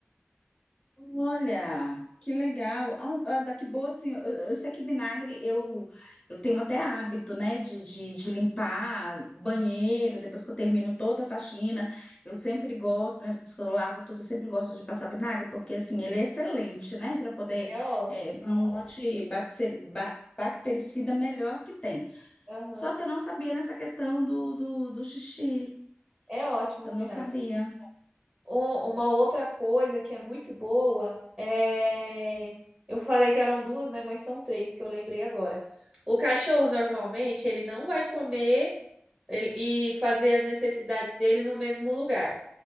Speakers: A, on the left; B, on the right.
A: Olha, que legal. Ah, ah, daqui boa, assim, eu, eu sei que vinagre eu, eu tenho até hábito, né, de, de, de limpar banheiro, depois que eu termino toda a faxina, eu sempre gosto, né, depois que eu lavo tudo, eu sempre gosto de passar vinagre, porque, assim, ele é excelente, né, para poder,
B: Sim, É ótimo.
A: é é um antibacteri- ba- bactericida melhor que tem.
B: Aham.
A: Só que eu não sabia nessa questão do, do, do xixi,
B: É ótimo
A: eu
B: o vinagre.
A: não sabia.
B: O- uma outra coisa que é muito boa é. Eu falei que eram duas, né? Mas são três que eu lembrei agora. O cachorro normalmente ele não vai comer ele- e fazer as necessidades dele no mesmo lugar.